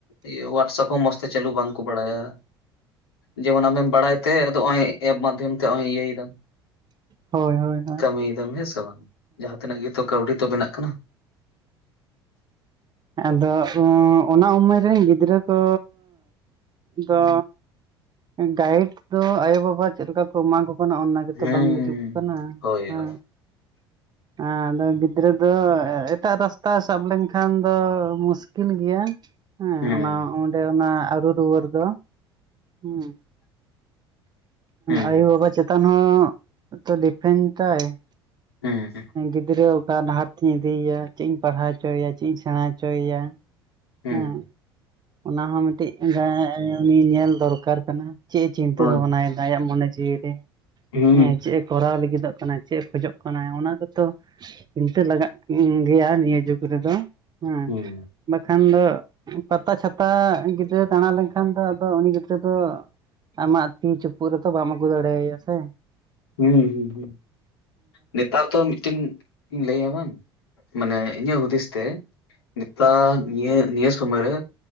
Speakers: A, on the left; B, on the right.
A: ᱤᱭᱟᱹ ᱳᱣᱟᱰᱥᱟᱯ ᱦᱚᱸ ᱢᱚᱸᱥᱛᱮ ᱛᱮ ᱪᱟᱹᱞᱩ ᱵᱟᱝ ᱠᱚ ᱵᱟᱲᱟᱭᱟ ᱡᱮᱢᱚᱱ ᱟᱢᱮᱢ ᱵᱟᱲᱟᱭ ᱛᱮ ᱟᱫᱚ ᱚᱭ ᱮᱯ ᱢᱟᱫᱷᱚᱢ ᱛᱮ ᱚᱭ ᱤᱭᱟᱹᱭ ᱫᱟᱢ
B: ᱦᱚᱭ ᱦᱚᱭ ᱦᱚ
A: ᱠᱟᱹᱢᱤᱭᱮᱫᱟᱢ ᱦᱮ ᱥᱮ ᱵᱟᱝ ᱡᱟᱦᱟ ᱛᱤᱱᱟᱹᱜ ᱜᱮᱛᱚ ᱠᱟᱹᱣᱰᱤ ᱛᱚ ᱵᱮᱱᱟᱜ ᱠᱟᱱᱟ
B: ᱟᱫᱚ ᱚᱸ ᱚᱱᱟ ᱩᱢᱮᱨ ᱨᱮᱱ ᱜᱤᱫᱽᱨᱟᱹ ᱠᱚ᱾ ᱫᱚ ᱜᱟᱭᱤᱰ ᱫᱚ ᱟᱭᱳᱼᱵᱟᱵᱟ ᱪᱮᱫ ᱞᱮᱠᱟ ᱠᱚ ᱮᱢᱟ ᱠᱚ ᱠᱟᱱᱟ ᱚᱱᱟ ᱜᱮ ᱜᱮᱛᱚ
A: ᱦᱩᱸ
B: ᱵᱟᱝ ᱵᱩᱡᱩᱜ ᱠᱟᱱᱟ
A: ᱦᱳᱭ
B: ᱦᱮ᱾
A: ᱦᱳᱭ
B: ᱟ ᱫᱚ ᱜᱤᱫᱽᱨᱟᱹ ᱫᱚ ᱮᱴᱟᱜ ᱨᱟᱥᱛᱟ ᱥᱟᱵ ᱞᱮᱝᱠᱷᱟᱱ ᱫᱚ ᱢᱩᱥᱠᱤᱞ ᱜᱮᱭᱟ ᱦᱮ
A: ᱦᱩᱸ
B: ᱚᱱᱟ᱾ ᱥᱮ ᱚᱱᱟ ᱟᱨᱩ ᱨᱩᱣᱟᱹᱲ ᱫᱚ ᱦᱮᱸ
A: ᱦᱩᱸ
B: ᱟᱭᱳ ᱵᱟᱵᱟ ᱪᱮᱛᱟᱱ ᱦᱚᱸᱛᱚ ᱰᱤᱯᱷᱮᱱᱴ ᱟᱭ ᱾
A: ᱦᱮᱸ ᱾
B: ᱜᱤᱫᱽᱨᱟᱹ ᱚᱠᱟ ᱰᱟᱦᱟᱨ ᱛᱮᱧ ᱤᱫᱤᱭᱮᱭᱟ, ᱪᱮᱫ ᱤᱧ ᱯᱟᱲᱦᱟᱣ ᱦᱚᱪᱚᱮᱭᱟ, ᱪᱮᱫ ᱤᱧ ᱥᱮᱬᱟ ᱦᱚᱪᱚᱭᱮᱭᱟ ᱾
A: ᱦᱩᱸ
B: ᱦᱮᱸ ᱾ ᱚᱱᱟ ᱦᱚᱸ ᱢᱤᱫᱴᱤᱡ <inaudible> ᱩᱱᱤ ᱧᱮᱞ ᱫᱚᱨᱠᱟᱨ ᱠᱟᱱᱟ, ᱪᱮᱫ ᱮ ᱪᱤᱱᱛᱟᱹ
A: ᱦᱳᱭ
B: ᱵᱷᱟᱵᱱᱟᱭᱫᱟ ᱟᱭᱟᱜ ᱢᱚᱱᱮ ᱡᱤᱣᱤ <unintelligible>
A: ᱦᱩᱸ
B: ᱦᱮᱸ ᱪᱮᱜᱼᱮ ᱠᱚᱨᱟᱣ ᱞᱟᱹᱜᱤᱫᱚᱜ ᱠᱟᱱᱟ ᱪᱮᱜᱼᱮ ᱠᱷᱚᱡᱚᱜ ᱠᱟᱱᱟ, ᱚᱱᱟ ᱫᱚᱛᱚ, ᱪᱤᱱᱛᱟᱹ ᱞᱟᱜᱟᱜ ᱜᱮᱭᱟ ᱱᱤᱭᱟᱹ ᱡᱩᱜᱽ ᱨᱮᱫᱚ ᱾ ᱦᱮᱸ
A: ᱦᱩᱸ
B: ᱵᱟᱠᱷᱟᱱ ᱫᱚ ᱯᱟᱛᱟ ᱪᱷᱟᱛᱟ ᱜᱤᱫᱽᱨᱟᱹ ᱫᱟᱬᱟ ᱞᱮᱱᱠᱷᱟᱱ ᱠᱷᱟᱱ ᱫᱚ ᱟᱫᱚ ᱩᱱᱤ ᱜᱤᱫᱽᱨᱟᱹ ᱫᱚ ᱟᱢᱟᱜ ᱛᱤ ᱪᱩᱯᱩᱫ ᱨᱮᱫᱚ ᱵᱟᱢ ᱟᱹᱜᱩ ᱫᱟᱲᱮᱭᱟᱭᱟ ᱥᱮ,
A: ᱦᱩᱸ ᱦᱩᱸ ᱦᱩᱸ ᱱᱮᱛᱟᱨ ᱫᱚ ᱢᱤᱫᱴᱮᱱ <unintelligible> ᱞᱟᱹᱭᱟ ᱵᱟᱝ ᱾ ᱢᱟᱱᱮ ᱤᱧᱟᱹᱜ ᱦᱩᱫᱤᱥ ᱛᱮ ᱱᱮᱛᱟᱨ ᱱᱤᱭᱟᱹ ᱱᱤᱭᱟᱹ ᱥᱚᱢᱚᱭ ᱨᱮ